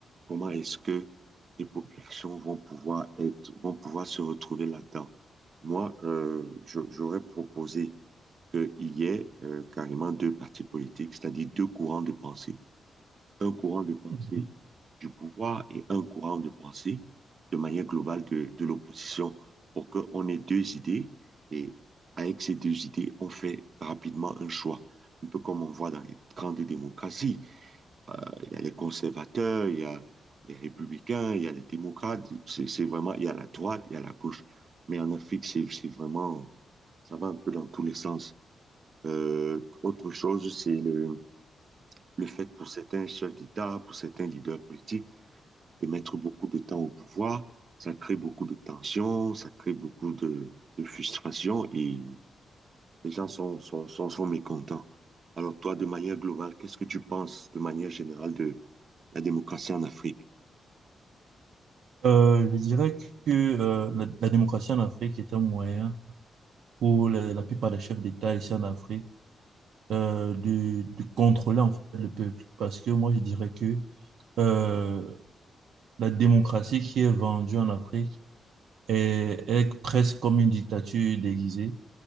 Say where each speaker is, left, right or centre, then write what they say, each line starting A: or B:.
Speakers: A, on the right; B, on the right.
A: comment est-ce que les populations vont pouvoir être, vont pouvoir se retrouver là-dedans? Moi, euh, je- j'aurais proposé qu'il y ait euh, carrément deux partis politiques, c'est-à-dire deux courants de pensée un courant de pensée
B: Mhm.
A: du pouvoir et un courant de pensée de manière globale de, de l'opposition pour qu'on ait deux idées et avec ces deux idées, on fait rapidement un choix. Un peu comme on voit dans les grandes démocraties. Euh, Il y a les conservateurs, il y a les républicains, il y a les démocrates. C'est, c'est vraiment, il y a la droite, il y a la gauche. Mais en Afrique, c'est, c'est vraiment, ça va un peu dans tous les sens. Euh, autre chose, c'est le, le fait pour certains chefs d'État, pour certains leaders politiques, de mettre beaucoup de temps au pouvoir, ça crée beaucoup de tensions, ça crée beaucoup de, de frustration et les gens sont, sont, sont, sont mécontents. Alors toi, de manière globale, qu'est-ce que tu penses de manière générale de la démocratie en Afrique?
B: Euh, je dirais que euh, la, la démocratie en Afrique est un moyen pour la, la plupart des chefs d'État ici en Afrique euh, de, de contrôler en fait le peuple. Parce que moi, je dirais que euh, la démocratie qui est vendue en Afrique est, est presque comme une dictature déguisée.